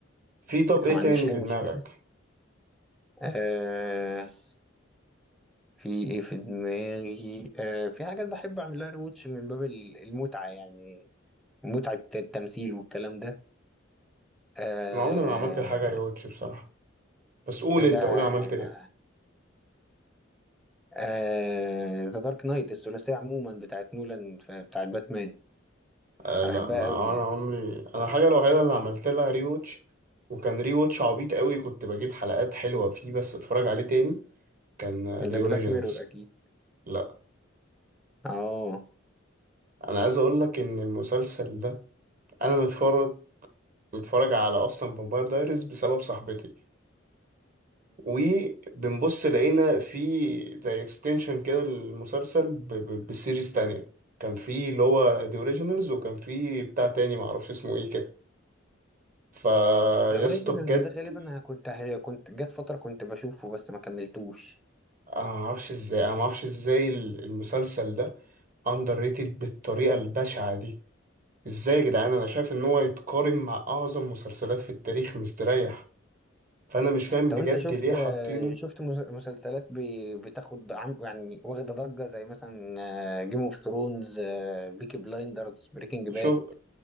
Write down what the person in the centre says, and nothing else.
ما عنديش
اي
مشكله
آه في ايه في دماغي آه في حاجات بحب اعملها ريوتش من باب ال- المتعه يعني متعه التمثيل والكلام ده آه
لا
آه ذا دارك نايت الثلاثية عموما بتاعت نولان ف- بتاعت باتمان
أنا
بحبها
قوي يعني
ده بلاك
ميرور أكيد
اه
ذا اوريجينالز
ده غالبا أنا كنت هي كنت جت فترة كنت بشوفه بس ما كملتوش
طب
انت شفت
آه،
شفت مس- مسلسلات ب- بتاخد عم يعني واخدة ضجة زي مثلا جيم اوف ثرونز بيكي بلايندرز بريكنج باد